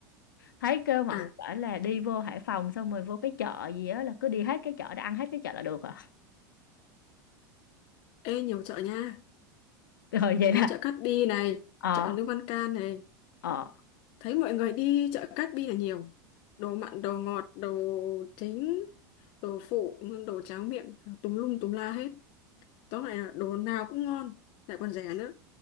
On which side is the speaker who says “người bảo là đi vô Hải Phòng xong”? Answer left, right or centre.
Left